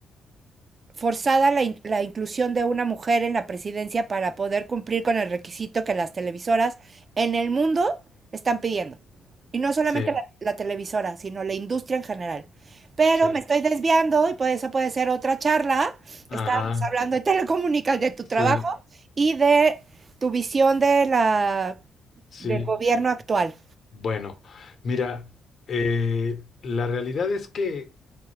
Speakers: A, on the right; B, on the left.
A: forzada la, in- la inclusión de una mujer en la presidencia para poder cumplir con el requisito que las televisoras en el mundo están pidiendo. Y no solamente
B: sí,
A: la, la televisora, sino la industria en general. Pero
B: sí,
A: me estoy desviando y por eso puede ser otra charla.
B: ajá,
A: Estábamos hablando de telecomunicaciones de tu
B: sí,
A: trabajo y de tu visión de la,
B: sí.
A: del gobierno actual.
B: Bueno, mira, eh, la realidad es que